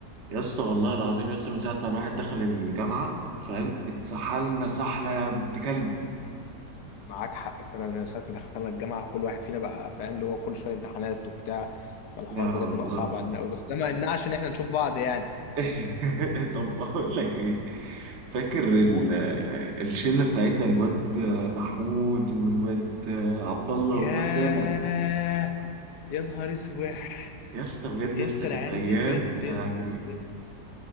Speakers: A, on the right (about 50°); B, on the left (about 85°).
A: يا اسطى والله العظيم يا اسطى من ساعه ما الواحد دخل الجامعه فاهم اتسحلنا سحله بنت كلب
B: معاك حق فعلا انا ساعه ما دخلنا الجامعه كل واحد فينا بقى فاهم اللي هو كل شويه امتحانات وبتاع فالحوار
A: لا
B: بجد
A: والله
B: بقى صعب علينا قوي بس ده ما يمنعش ان احنا نشوف بعض يعني
A: <laughs> طب بقول لك ايه فاكر ال-
B: قول
A: الشله بتاعتنا الواد محمود والواد عبد الله
B: ياه
A: والواد سامع
B: يا نهار اسوح
A: يا اسطى بجد
B: يا
A: يا اسطى
B: اسطى،
A: كانت
B: العيال
A: ايام
B: دي بجد
A: يا
B: يا
A: لهوي
B: نهار اسوح